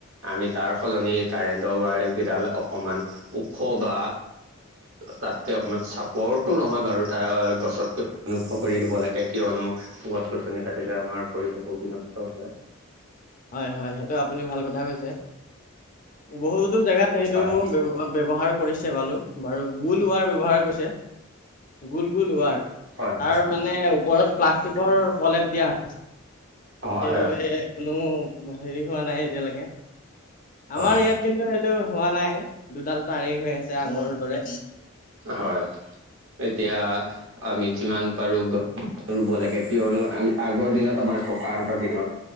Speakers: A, on the right; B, on the left.
A: আমি তাৰ সলনি কাৰেন্ট। কেইডাল অকণমান ওখ বা তাতকৈ অকণমান চাপৰ্টো নহয় বাৰু। তাৰ গছতকৈ অনুভ কৰি দিব লাগে কিয়নো। গছ গছনি কাটিলে আমাৰ পৰিৱেশো বিনষ্ট হয়।
B: হয় হয় সেইটো আপুনি ভাল কথা কৈছে। বহুতো জেগাত সেইটো
A: হয়
B: ব ব্যৱহাৰ কৰিছে বালু বাৰু গুল ৱাৰ ব্যৱহাৰ কৰিছে। গুল গুল উয়াৰ।
A: হয়
B: তাৰ মানে ওপৰত প্লাষ্টিকৰ পলেপ দিয়া হৈ
A: হয়
B: সেইবাবে।
A: হয়
B: কোনো হেৰি হোৱা নাই এতিয়ালৈকে আমাৰ
A: হয়।
B: ইয়াত কিন্তু সটো হোৱা নাই দুডাল তাৰেই হৈ আছে আগৰ দৰে
A: হয় এতিয়া আমি যিমান পাৰোঁ ৰুব লাগে কিয়নো আমি আগৰ দিনত আমাৰ ককা হঁতৰ দিনত